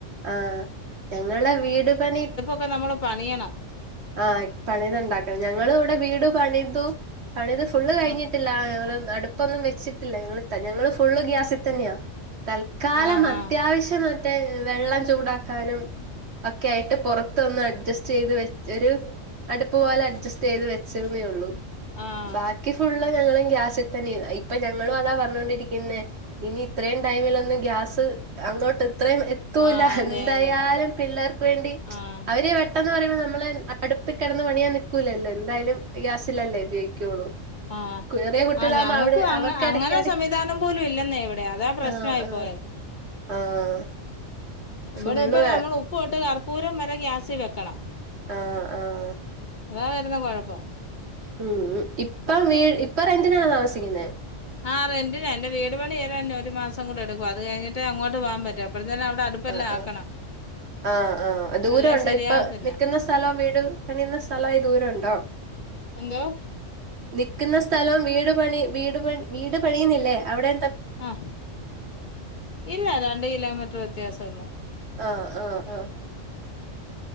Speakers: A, on the right; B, on the left.
A: ആഹ്, ഞങ്ങളെ വീട് പണി
B: ഇപ്പ നമ്മള് പണിയണം.
A: ആഹ് ഇപ്പ അങ്ങനെ ഇണ്ടാക്കണം. ഞങ്ങള് ഇവിടെ വീട് പണിതു പണിത് ഫുള്ള് കഴിഞ്ഞിട്ടില്ല
B: ആഹ്
A: ഞങ്ങള് അടുപ്പൊന്നും വെച്ചിട്ടില്ല. ഞങ്ങള് ഞങ്ങള് ഫുള്ള് ഗ്യാസിൽ തന്നെയാ തൽക്കാലം
B: ആഹ്
A: അത്യാവശ്യ യിട്ട് വെള്ളം ചൂടാക്കാനും ഒക്കെ ആയിട്ട് പൊറത്തൊന്ന് അഡ്ജസ്റ്റ് ചെയ്ത് വെ ച്ച് ഒരു അടുപ്പ് പോലെ അഡ്ജ്സ്റ്റ് ചെയ്ത് വെച്ചെന്നേ ഒള്ളൂ
B: ആഹ്
A: ബാ ബാക്കി ഫുള്ള് ഞങ്ങൾ ഗ്യാസിൽ തന്നെയാ ഇപ്പ ഞങ്ങളും അതാ പറഞ്ഞോണ്ടിരിക്ക്ന്നേ ഇനി ഇത്രയും ടൈമിൽ ഒന്ന് ഗ്യാസ് അങ്ങോട്ട് ഇത്രയും എ ത്തൂല
B: ആഹ് അതെ
A: എന്തായാലും
B: അതെ
A: പിള്ളേർക്ക് വേണ്ടി
B: ആഹ്
A: അവര് പെട്ടന്ന് പറയുമ്പ നമ്മള് അപ്പ അടുപ്പ് കെടന്ന് പണിയാൻ നിക്കൂലല്ലോ, എന്തായാലും ഗ്യാസിലല്ലേ ഉപയോഗിക്കുള്ളൂ.
B: ആഹ്,
A: ചെറിയ കുട്ടികളാകുമ്പോ
B: ആ ഞങ്ങക്കു
A: അവിടെ
B: അങ്ങ
A: അവർക്ക്
B: അങ്ങനെ
A: ഇടയ്ക്കിടക്ക്
B: സംവിധാനം പോലും ഇല്ലെന്ന ഇവിടെ അതാ പ്രശ്നായി
A: ആഹ് ആഹ്
B: പോയെ.
A: ആഹ്
B: ഇവിടെ
A: ഫുള്ള്
B: ഇപ്പ നമ്മള് ഉപ്പ്തൊട്ട് കർപ്പൂരം വരെ ഗ്യാസി വെക്കണം.
A: ആഹ്, ആഹ്
B: അതാ വരുന്ന കൊഴപ്പം.
A: ഉം ഇപ്പ വീ ഇപ്പൊ റെന്റിനാണോ താമസിക്കുന്നെ?
B: ആ റെന്റിന്, എന്റെ വീട് പണി ഏതാഞ്ഞ് ഒരു മാസം കൂടെ എടുക്കും. അത് കഴിഞ്ഞട്ട് അങ്ങോട്ട് പോവാൻ പറ്റു, അപ്പഴത്തിന് അവിടെ അടു പ്പ് എല്ലാ
A: ആഹ് ആഹ്
B: ആക്കണം.
A: ആഹ്, ആഹ് ദൂരോണ്ടോ
B: അല്ലേ ശരിയാകത്തില്ല
A: ഇപ്പൊ നിക്കുന്ന സ്ഥലം വീട് പണിയുന്ന സ്ഥല ആയി ദൂരോണ്ടോ?
B: എന്തോ?
A: നിക്ക്ന്ന സ്ഥലം വീട് പണി വീട് പണ് വീട് പണിയുന്നില്ലേ അവിടെ
B: ആഹ്, ഇല്ല രണ്ട് കിലോമീറ്റർ വ്യത്യാസ ഒള്ളൂ.
A: ആഹ്, ആഹ്, ആഹ്.